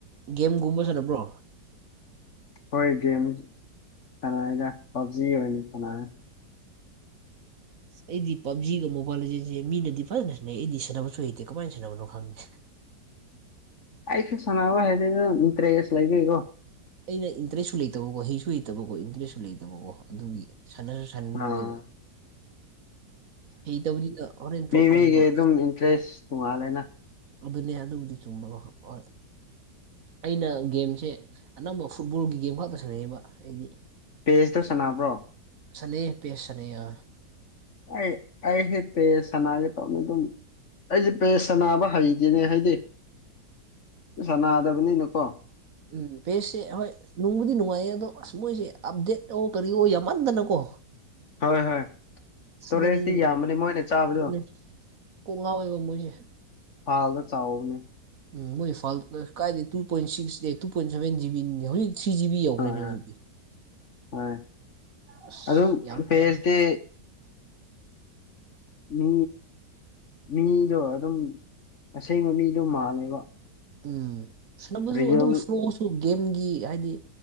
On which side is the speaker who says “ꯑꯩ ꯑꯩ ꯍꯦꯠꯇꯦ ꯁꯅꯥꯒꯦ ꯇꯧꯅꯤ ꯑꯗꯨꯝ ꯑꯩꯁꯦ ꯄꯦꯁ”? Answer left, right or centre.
Left